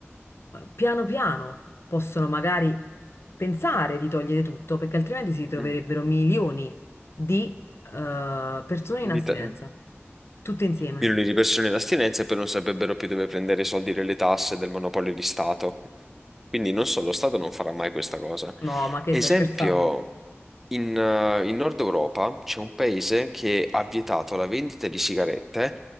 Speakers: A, on the left (about 65°); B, in the centre.
A: piano piano possono magari pensare di togliere tutto perché altrimenti si troverebbero
B: Mm.
A: milioni di eh, persone in astinenza,
B: Di ta-
A: tutte insieme.
B: Milioni di persone in astinenza e poi non saprebbero più dove prendere i soldi delle tasse del monopolio di Stato. Quindi non so, lo Stato non farà mai questa cosa.
A: No, ma che
B: Esempio.
A: stai scherzando?
B: In, eh, in Nord Europa c'è un paese che ha vietato la vendita di sigarette